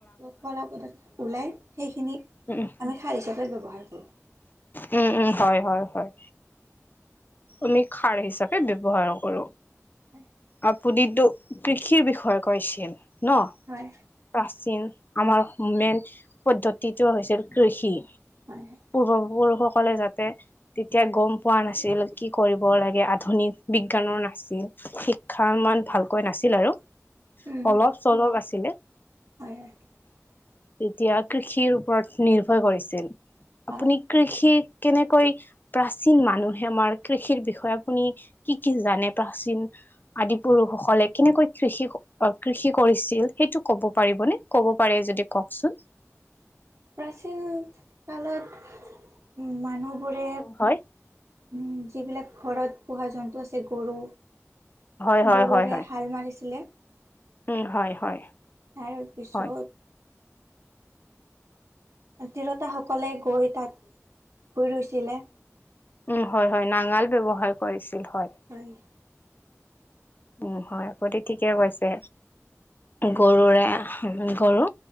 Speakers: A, on the right; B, on the left.
A: কলা পদ ওলাই, সেইখিনিক
B: উম
A: আমি খাৰ হিচাপে ব্যৱহাৰ কৰোঁ।
B: উম- উম, হয়- হয়- হয়। আমি খাৰ হিচাপে ব্যৱহাৰ কৰো।
A: হয়,
B: আপুনিটো কৃষিৰ বিষয়ে কৈছিল ন?
A: হয়।
B: প্ৰাচীন, আমাৰ মেইন পদ্ধতিটো হৈছিল কৃষি। পূৰ্ব
A: হয়,
B: পুৰুষসকলে যাতে, তেতিয়া গম পোৱা নাছিল। কি কৰিব লাগে, আধুনিক বিজ্ঞানৰ নাছিল। শিক্ষাৰ মান ভালকৈ নাছিল আৰু
A: উম,
B: অলপ- চলপ আছিলে।
A: হয়, হয়,
B: এতিয়া কৃষিৰ ওপৰত নিৰ্ভৰ কৰিছে।
A: হয়।
B: আপুনি কৃষি, কেনেকৈ প্ৰাচীন মানুহে আমাৰ কৃষিৰ বিষয়ে আপুনি কি কি জানে, প্ৰাচীন আদি পুৰুষসকলে কেনেকৈ কৃষি- কৃষি কৰিছিল, সেইটো ক'ব পাৰিবনে? ক'ব পাৰে যদি কওকচোন?
A: প্ৰাচীন কালত মানুহবোৰে
B: হয়
A: উম, যিবিলাক ঘৰত পোহা জন্তু আছে গৰু,
B: হয় হয়
A: গৰুৰে
B: হয় হয়
A: হাল মাৰিছিলে।
B: উম, হয়- হয়।
A: তাৰপিছত
B: হয়
A: তিৰোতাসকলে গৈ তাত, বুই ৰুইছিলে।
B: উম, হয়- হয়, নাঙল ব্যৱহাৰ কৰিছিল হয়।
A: হয়।
B: উম, হয়, আপুনি ঠিকেই কৈছে। গৰুৰে হাল, গৰু